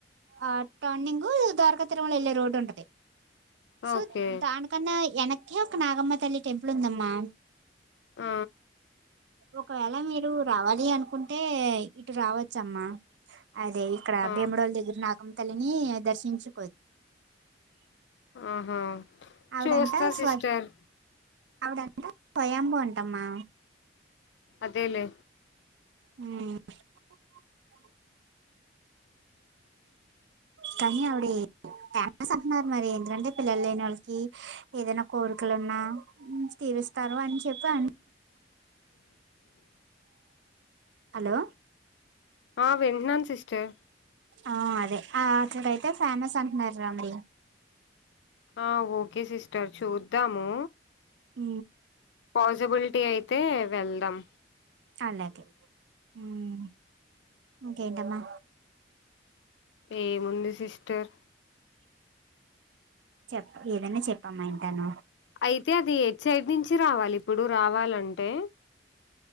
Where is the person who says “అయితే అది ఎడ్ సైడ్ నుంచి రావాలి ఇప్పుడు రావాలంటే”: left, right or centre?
Left